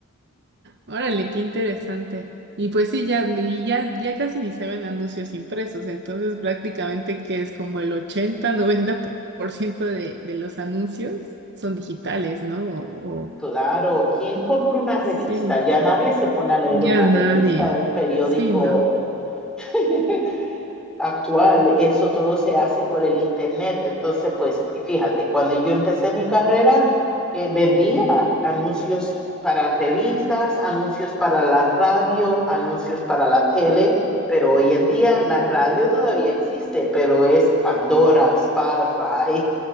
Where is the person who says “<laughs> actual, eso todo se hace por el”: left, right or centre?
Centre